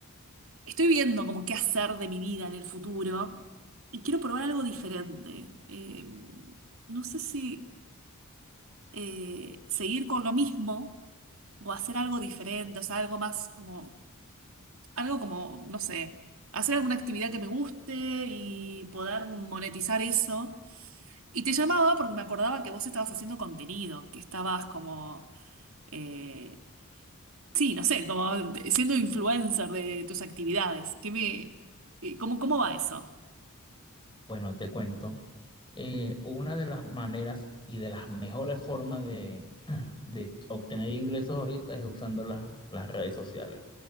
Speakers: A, on the right; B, on the left.
A: Estoy viendo como qué hacer de mi vida en el futuro y quiero probar algo diferente. Eh, no sé si eh, seguir con lo mismo o hacer algo diferente, o sea, algo más como, algo como, no sé, hacer alguna actividad que me guste y poder monetizar eso. Y te llamaba porque me acordaba que vos estabas haciendo contenido, que estabas como, eh, sí, no sé, como siendo influencer de tus actividades. ¿Qué me, eh, cómo, cómo va eso?
B: Bueno, te cuento. Eh, una de las maneras y de las mejores formas de, <clears throat> de obtener ingresos ahorita es usando las, las redes sociales.